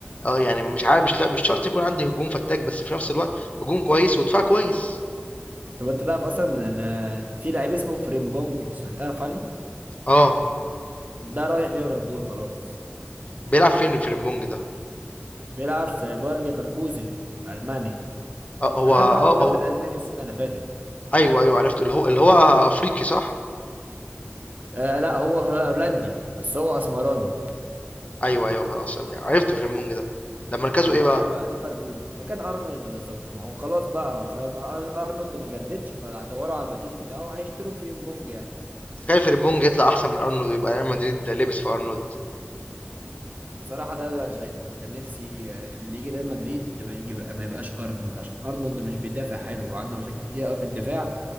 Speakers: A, on the left; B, on the right.
A: اه يعني مش عارف مش لا مش شرط يكون عندي هجوم فتاك بس في نفس الوقت هجوم كويس ودفاع كويس
B: طب انت تعرف اصلا ان ان في لعيب اسمه فريمبونج سمعت تعرف عنه
A: اه
B: ده رايح ليفربول خلاص
A: بيلعب فين في البونج ده
B: بيلعب في باير ليفركوزن في المانيا
A: اه هو
B: اخد
A: اه
B: معاهم الدوري
A: هو
B: الالماني السنه اللي فاتت
A: أيوه، أيوه عرفته، اللي هو اللي هو أفريقي صح؟
B: آه لا هو هولندي بس هو اسمراني
A: أيوه، أيوه خلاص عرفت فريمبونج ده، ده مركزه
B: ما
A: إيه
B: هو
A: بقى؟
B: رايح بقى ليفربول مكان ارنولد بالظبط ما هو خلاص بقى فما ارنولد ما جددش فدوروا على البديل بتاعه هيشتروا فريمبونج يعني
A: تخيل فريمبونج يطلع أحسن من أرنولد ويبقى ريال مدريد لبس في أرنولد،
B: بصراحة ده اللي أنا شايفه أنا كان نفسي آه، اللي يجي ريال مدريد ما يجيب ما يبقاش أرنولد عشان أرنولد مش بيدافع حلو وعنده مشاكل كتير أوي في الدفاع